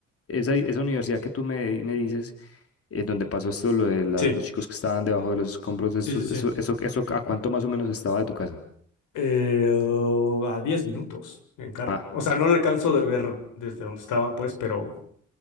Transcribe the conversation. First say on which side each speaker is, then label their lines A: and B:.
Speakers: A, on the left; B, on the left.
A: esa, esa universidad que tú me, me dices, eh, donde pasó esto, lo de la-
B: sí.
A: los chicos que estaban debajo de los escombros, eso,
B: Sí, sí, sí,
A: eso,
B: sí.
A: eso, eso, ¿a cuánto más o menos estaba de tu casa?
B: Eh, oh, a 10 minutos en carro.
A: Ah,
B: O sea, no lo alcanzo de ver desde donde estaba, pues, pero,